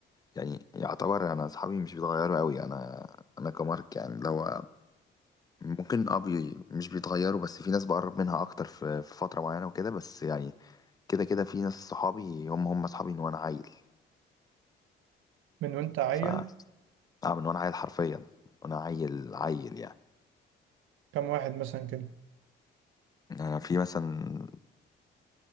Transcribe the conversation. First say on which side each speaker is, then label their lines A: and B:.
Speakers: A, on the left; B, on the right.
A: يعني يعتبر انا اصحابي مش بيتغيروا قوي انا انا كمارك يعني لو ممكن اه بي مش بيتغيروا بس في ناس بقرب منها اكتر في في فتره معينه وكده بس يعني كده كده في ناس صحابي هم هم اصحابي من وانا عيل
B: من وانت عيل
A: ف اه من وانا عيل حرفيا وانا عيل عيل يعني
B: كم واحد مثلا كده
A: انا في مثلا